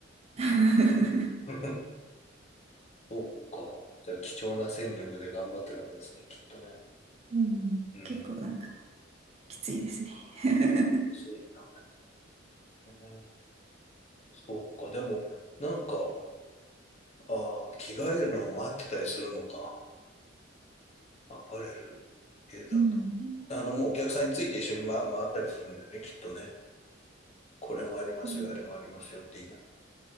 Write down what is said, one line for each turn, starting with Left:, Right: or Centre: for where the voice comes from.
Right: <laughs>
Left: <laughs> そうか。じゃあ、貴重な戦力で頑張ってるわけですね、きっとね。
Right: うん。
Left: うん。
Right: <laughs> 結構なんかきついですね。<laughs>
Left: そうだねそうか。でも、なんか、あー、着替えるのを待ってたりするのか。アパレル系だと。
Right: うん。
Left: あの、もうお客さんについて一緒に、ま、回ったりするんだよね、きっとね。これもありますよ、
Right: うん
Left: あれもありますよって言いなが